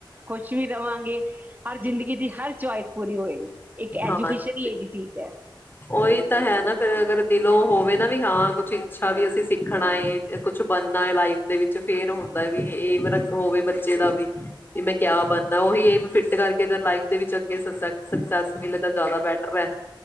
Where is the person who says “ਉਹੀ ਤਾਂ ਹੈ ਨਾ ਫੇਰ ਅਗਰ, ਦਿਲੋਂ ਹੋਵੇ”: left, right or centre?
Left